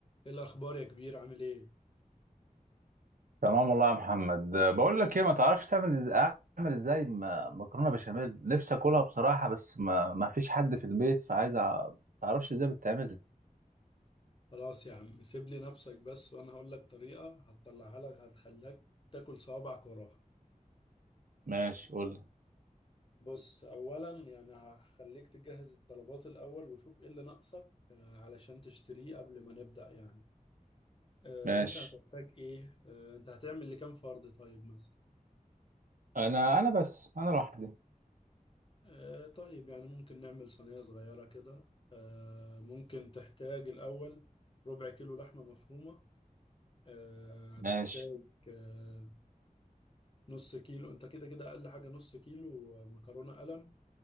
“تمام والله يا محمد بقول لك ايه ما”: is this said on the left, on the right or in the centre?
Right